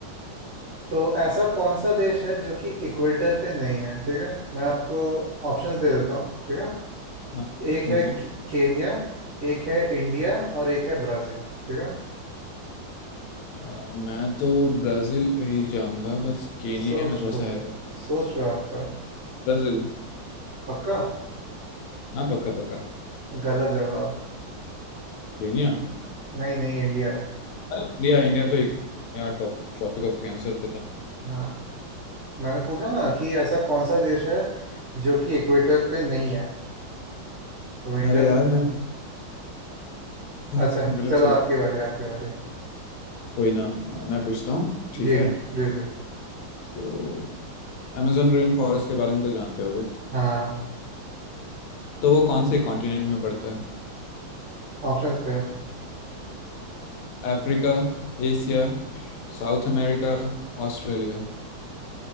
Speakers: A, on the right; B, on the left.
A: तो ऐसा कौन सा देश है जो कि इक्वेटर पे नहीं है ठीक है मैं आपको ऑप्शंस दे देता हूँ ठीक है
B: हाँ,
A: एक
B: दीजिए
A: है के- केन्या एक है इंडिया और एक है ब्राज़ील ठीक है
B: आ, मैं तो ब्राज़ील पे ही जाऊंगा बस केनिया
A: सोच
B: में थोड़ा
A: लो
B: सा है
A: सोच लो एक बार
B: ब्राज़ील
A: पक्का
B: हाँ पक्का पक्का
A: गलत जवाब
B: केनिया
A: नहीं नहीं इंडिया
B: अरे इंडिया इंडिया तो एक यार टॉप ट्रॉपिक ऑफ कैंसर पे था
A: हाँ मैंने पूछा ना कि ऐसा कौन सा देश है जो कि इक्वेटर पे नहीं है तो इंडिया
B: अरे
A: तो
B: यार
A: नहीं
B: मैं
A: है
B: हाँ
A: अच्छा
B: गलत
A: चलो
B: सोच
A: आपकी बारी आपकी बारी
B: कोई ना मैं पूछता हूँ ठीक
A: जी
B: है
A: जी जी
B: तो amazon रेन फॉरेस्ट के बारे में तो जानते होगे
A: हाँ
B: तो वो कौन से कॉन्टिनेंट में पड़ता है
A: ऑप्शंस क्या है
B: Africa Asia South America Australia